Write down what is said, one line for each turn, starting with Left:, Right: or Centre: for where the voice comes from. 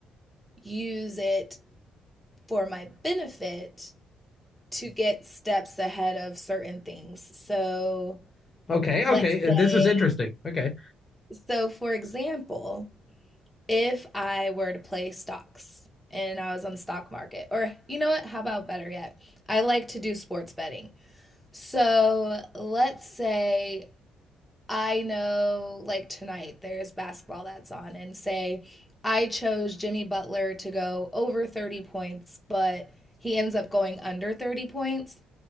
Centre: use it for my benefit to get steps ahead of certain things. So,
Left: Okay, okay,
Centre: let's say,
Left: uh, this is interesting. Okay.
Centre: so for example, if I were to play stocks and I was on the stock market, or you know what, how about better yet? I like to do sports betting. So let's say I know, like tonight, there's basketball that's on, and say I chose Jimmy Butler to go over 30 points, but he ends up going under 30 points.